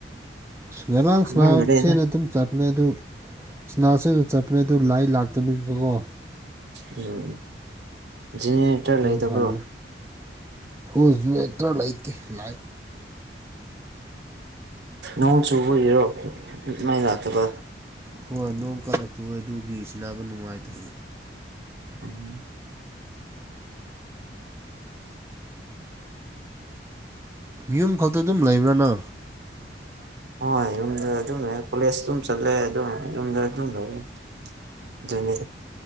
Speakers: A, on the right; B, on the right.
A: ꯂꯩꯔꯥꯡꯁꯅꯥꯁꯦꯅ
B: ꯈꯪꯉꯝꯃꯔꯣꯏꯗ
A: ꯑꯗꯨꯝ ꯆꯠꯃꯦ ꯑꯗꯨ ꯁꯅꯥꯁꯤꯡꯅ ꯆꯠꯄꯅꯦ ꯑꯗꯨ ꯂꯥꯏ ꯂꯥꯛꯇꯕꯒꯤꯀꯣ
B: ꯎꯝ ꯖꯦꯅꯦꯔꯦꯇꯔ
A: ꯑꯗꯨꯝ
B: ꯂꯩꯇꯕ꯭ꯔꯣ
A: ꯍꯅꯂ ꯁꯣꯜꯁꯨ ꯅꯠꯇ꯭ꯔꯥ ꯂꯩꯇꯦ ꯂ
B: ꯉ ꯆꯨꯕꯔꯣ ꯃꯥꯏ ꯂꯥꯛꯇ ꯀ
A: ꯍꯣꯏ ꯅꯣꯡ ꯀꯟꯅ ꯆꯨꯦ ꯑꯗꯨꯒꯤ ꯁꯤꯕ ꯅꯨꯡꯉꯥꯏꯇꯦ
B: ꯎꯝ
A: ꯌꯨꯝ ꯈꯛꯇ ꯑꯗꯨꯝ ꯂꯩꯕ꯭ꯔꯥꯅꯣ
B: ꯍꯣꯏ ꯌꯨꯝꯗ ꯑꯗꯨꯝ ꯂꯩꯦ ꯀꯣꯂꯦꯖ ꯑꯗꯨꯝ ꯆꯠꯂꯦ ꯑꯗꯨꯝ ꯌꯨꯝꯗ ꯑꯗꯨꯝ ꯂꯩꯦ ꯑꯗꯨꯅꯦ